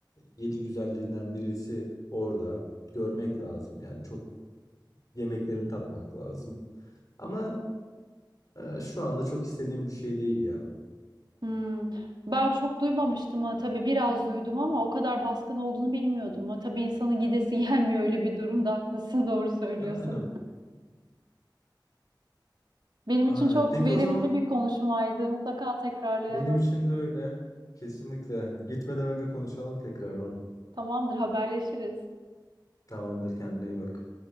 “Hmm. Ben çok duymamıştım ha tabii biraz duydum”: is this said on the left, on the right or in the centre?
Right